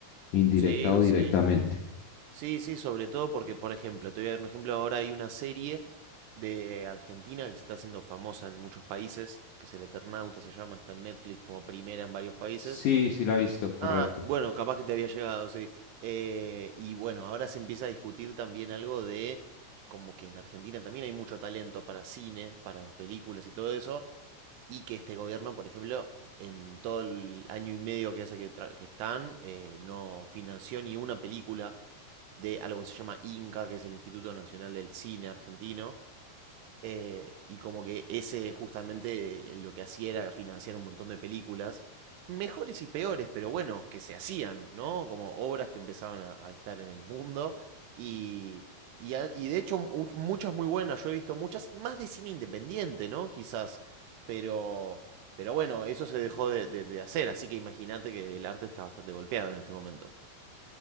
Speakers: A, on the left (about 90°); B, on the right (about 80°).
A: indirecta
B: Sí,
A: o directamente.
B: sí. Sí, sí, sobre todo porque, por ejemplo, te voy a dar un ejemplo, ahora hay una serie de Argentina que se está haciendo famosa en muchos países, que es El Eternauta se llama, está en Netflix como primera en varios países.
A: Sí, sí la he visto, correcto.
B: Ah, bueno, capaz que te había llegado, sí. Eh, y bueno, ahora se empieza a discutir también algo de como que en Argentina también hay mucho talento para cine, para películas y todo eso, y que este gobierno, por ejemplo, en todo el año y medio que hace que, tra- que están, eh, no financió ni una película de algo que se llama INCA, que es el Instituto Nacional del Cine Argentino, eh, y como que ese justamente lo que hacía era financiar un montón de películas, mejores y peores, pero bueno, que se hacían, ¿no? Como obras que empezaban a, a estar en el mundo. Y, y, a- y de hecho mu- muchas muy buenas, yo he visto muchas, más de cine independiente, ¿no? Quizás, pero, pero bueno, eso se dejó de, de- de hacer, así que imagínate que el arte está bastante golpeado en este momento.